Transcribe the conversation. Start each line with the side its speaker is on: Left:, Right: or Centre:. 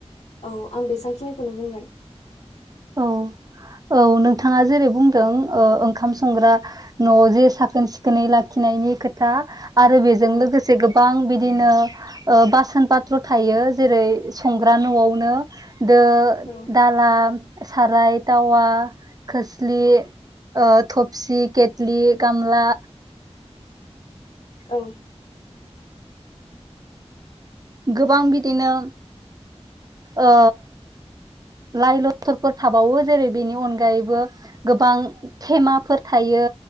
Left: औ आं बेसांखिनिखौनो बुंगोन।
Right: औ औ नोंथाङा जेरै बुंदों ओ ओंखाम संग्रा न' जे साखोन सिखोनै लाखिनायनि खोथा आरो बेजों
Left: औ
Right: लोगोसे गोबां बिदिनो ओ बासोन पात्र थायो जेरै संग्रा
Left: औ
Right: न'आवनो दो
Left: औ
Right: दाला साराय टावा खोस्लि ओ थफसि केटलि गामला
Left: औ
Right: गोबां बिदिनो ओ लाइ लथरफोर थाबावो जेरै बेनि अनगायैबो गोबां थेमाफोर थायो।